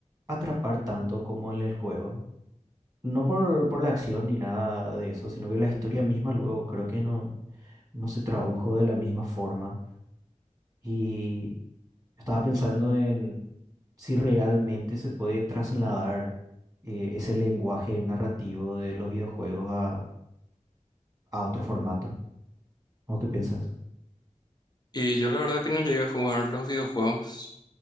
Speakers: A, on the right; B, on the left.
A: atrapar tanto como en el juego. No por, por la acción ni nada de eso, sino que la historia misma luego creo que no, no se tradujo de la misma forma. Y estaba pensando si realmente se puede trasladar eh, ese lenguaje narrativo de los videojuegos a, a otro formato. ¿O qué piensas?
B: Y yo la verdad que no llegué a jugar los videojuegos,